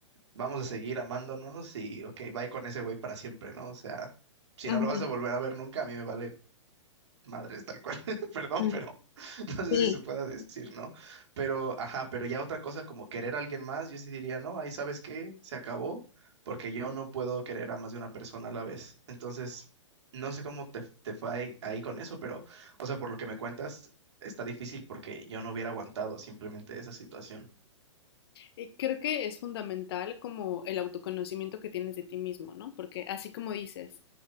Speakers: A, on the right; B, on the left.
A: vamos a seguir amándonos y, ok, bye con ese güey para siempre, ¿no? O sea, si
B: ujú,
A: no lo vas a volver a ver nunca, a mí me vale madres tal cual. <laughs> Perdón,
B: ujú.
A: pero <laughs> no sé
B: Sí.
A: si se pueda decir, ¿no? Pero, ajá, pero ya otra cosa como querer a alguien más, yo sí diría, no, ahí sabes qué, se acabó, porque yo no puedo querer a más de una persona a la vez. Entonces, no sé cómo te, te fue ahí, ahí con eso, pero, o sea, por lo que me cuentas, está difícil porque yo no hubiera aguantado simplemente esa situación.
B: Y Creo que es fundamental como el autoconocimiento que tienes de ti mismo, ¿no? Porque así como dices,